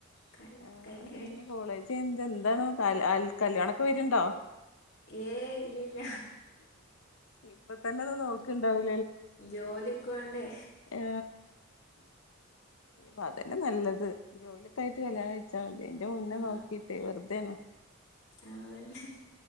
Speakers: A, on the left; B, on the left.
A: കഴി
B: ആഹ്
A: കഴിഞ്ഞ് കഴിഞ്ഞ്
B: ഇനി കോളേജ് എന്ത എന്താണ് കല്ല്യാണൊക്കെ വരുണ്ടോ
A: ഏ ഇല്ല ഇല്ല
B: ഇപ്പ തന്നെ ഒന്ന് നോക്കണ്ടാവില്ല
A: ജോലി ഒക്കെ വേണ്ടേ
B: ആ ഇപ്പ അതന്നെ നല്ലത് ജോലിയൊക്കെ ആയിട്ട് കല്യാണം കഴിച്ചാൽ മതി എന്റെ മുന്നേ
A: ആ
B: നോക്കിട്ടെ വെറുതേനേ
A: അതന്നെ <inaudible>